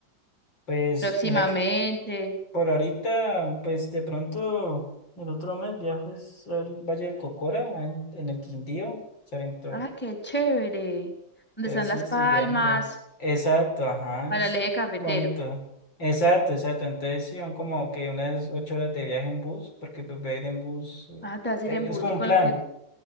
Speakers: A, on the left; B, in the centre.
A: Pues
B: Próximamente.
A: mira que por ahorita, pues de pronto el otro mes viajo es al Valle del Cocora, en, en el Quindío, Salento,
B: Ah, qué chévere. ¿Dónde
A: Entonces
B: están
A: sí,
B: las
A: estoy
B: palmas?
A: viendo. Exacto, ajá,
B: Para
A: es
B: el eje cafetero.
A: bonito. Exacto, exacto. Entonces sí, son como que unas ocho horas de viaje en bus, porque pues voy a ir en bus. eh,
B: Ah, te vas
A: que
B: a ir en bus.
A: Es como
B: ¿Y
A: un
B: con,
A: plan.
B: lo que,